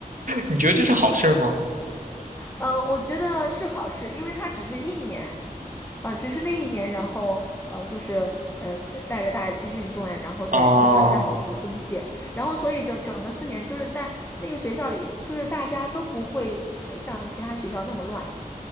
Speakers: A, on the right; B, on the left.
A: 你觉得这是好事儿吗？
B: 嗯，我觉得是好事，因为它只是一年，嗯，只是那一年，然后呃，就是呃，带着大家去运动呀，然后再就是让你不要松懈，
A: 哦
B: 然后所以整整个四年，就是大那个学校里，就是大家都不会呃像其他学校那么乱，